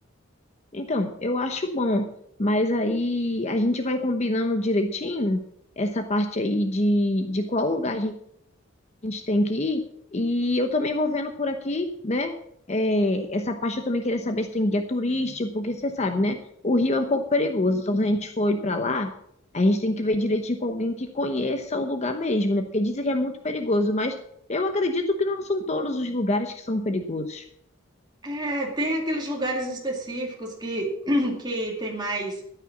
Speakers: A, on the left (about 35°); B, on the right (about 20°).
A: Então, eu acho bom, mas aí a gente vai combinando direitinho essa parte aí de, de qual lugar a a gente tem que ir. E eu também vou vendo por aqui, né? É, essa parte eu também queria saber se tem guia turístico, porque você sabe, né? O Rio é um pouco perigoso. Então, se a gente for ir pra lá, a gente tem que ver direitinho com alguém que conheça o lugar mesmo, né? Porque dizem que é muito perigoso, mas eu acredito que não são todos os lugares que são perigosos.
B: É, tem aqueles lugares específicos que, <clears throat> que tem mais